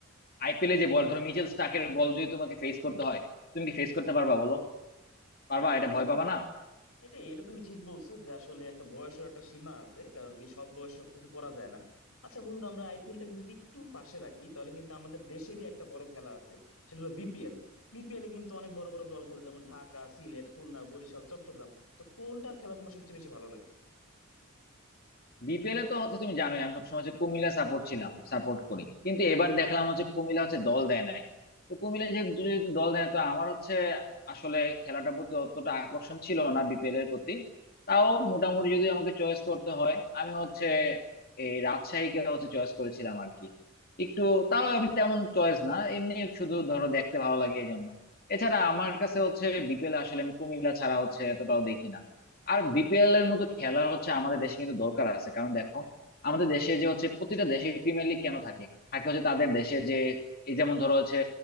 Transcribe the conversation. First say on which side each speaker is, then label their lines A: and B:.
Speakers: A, on the left (about 45°); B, on the left (about 80°).
A: আইপিএলে যে বল ধরো মিচেল স্টার্কের বল যদি তোমাকে ফেস করতে হয় তুমি কি ফেস করতে পারবা বলো পারবা
B: না এটা
A: এটা ভয়
B: তুমি
A: পাবা না
B: এটা এটা তুমি ঠিক বলছো যে আসলে একটা বয়সের একটা সীমা আছে কারণ কি সব বয়স সবকিছু করা যায় না আচ্ছা বন্ধু আমরা আইপিএলটাকে যদি একটু পাশে রাখি তাহলে কিন্তু আমাদের দেশেরই একটা বড় খেলা আছে সেটা হলো বিপিএল বিপিএল এ কিন্তু অনেক বড় বড় দল খেলে যেমন ঢাকা সিলেট খুলনা বরিশাল চট্টগ্রাম তো কোনটার খেলা তোমার সবচেয়ে বেশি ভালো লাগে
A: বিপিএল এ তো হচ্ছে তুমি জানোই আমি সবসময় হচ্ছে কুমিল্লা সাপোর্ট ছিলাম সাপোর্ট করি কিন্তু এবার দেখলাম হচ্ছে কুমিল্লা হচ্ছে দল দেয় নাই তো কুমিল্লা যেহেতু যেহেতু দল দেয় না, তো আমার হচ্ছে আসলে খেলাটার প্রতি অতটা আকর্ষণ ছিল না বিপিএল এর প্রতি তাও মোটামুটি যদি আমাকে চয়েস করতে হয় আমি হচ্ছে এই রাজশাহীকে হচ্ছে চয়েস করেছিলাম আর কি একটু তাও আমি তেমন চয়েস না এমনি শুধু ধরো দেখতে ভালো লাগে এই জন্য এছাড়া আমার কাছে হচ্ছে বিপিএল আসলে আমি কুমিল্লা ছাড়া হচ্ছে এতটাও দেখি না আর বিপিএল এর মতো খেলা হচ্ছে আমাদের দেশে কিন্তু দরকার আছে কারণ দেখো আমাদের দেশে যে হচ্ছে প্রতিটা দেশে প্রিমিয়ার লিগ কেন থাকে থাকে হচ্ছে তাদের দেশে যে এই যেমন ধরো হচ্ছে